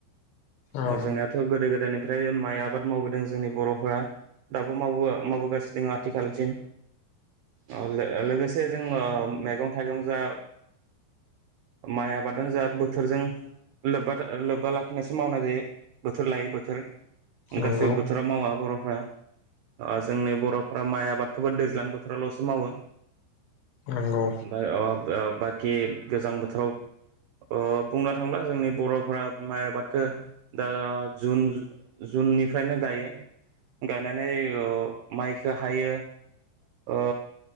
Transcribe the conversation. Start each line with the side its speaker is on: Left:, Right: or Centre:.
Left: औ
Right: अ जोंनियाथ गोदो गोदायनि ओमफ्राय माइ आबाद मावबोदों जोंनि बरफोरा दाबो माव मावबोगासिनो दङ आथिखालसिम अ लो लोगोसे <inaudible> मेगं थाइगं जा माइ आबाद जों बोथोरजों लोब्बा लाखिनानैसो मावनाय जायो बोथोर लायो बोथोर। गासैबो
Left: नंगौ
Right: बोथोराव मावा <unintelligible> ब्रा आं जोंनि बर माइ आबादखौबो दैज्लां बोथोरावल'सो मावो
Left: नंगौ
Right: आमफाय ओ बाखि गोजां बोथोराव ओ बुंनो थाङोब्ला जोंनि बर'फोरा माइ आबादखौ दा जुन जुननिफ्रायनो गायो गायनानै ओ माइखो हायो ओ